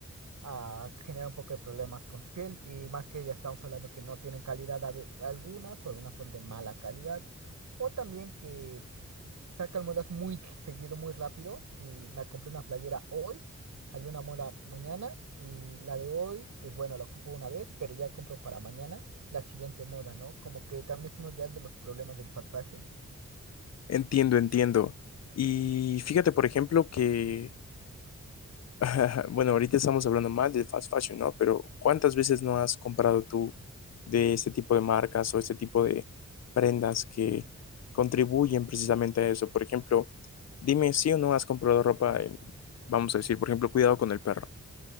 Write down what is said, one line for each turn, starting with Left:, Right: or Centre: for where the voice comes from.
Right: ah, genera un poco de problemas con tu piel y más que ya estamos hablando que no tienen calidad a ve- algunas o algunas son de mala calidad o también que sacan modas muy seguido, muy rápido y me compré una playera hoy, salió una moda mañana y la de hoy, pues bueno, la ocupo una vez, pero ya compro para mañana la siguiente moda, ¿no? Como que también es uno ya de los problemas del fast fashill.
Left: Entiendo, entiendo. Y fíjate, por ejemplo, que, <laughs> bueno, ahorita estamos hablando más del fast fashion, ¿no? Pero ¿cuántas veces no has comprado tú de este tipo de marcas o este tipo de prendas que contribuyen precisamente a eso? Por ejemplo, dime si o no has comprado ropa, en, vamos a decir, por ejemplo, cuidado con el perro,